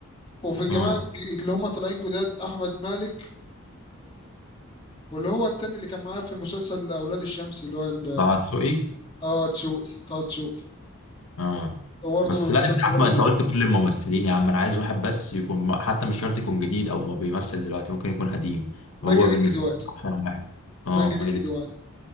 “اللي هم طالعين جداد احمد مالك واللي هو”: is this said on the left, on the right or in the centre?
Left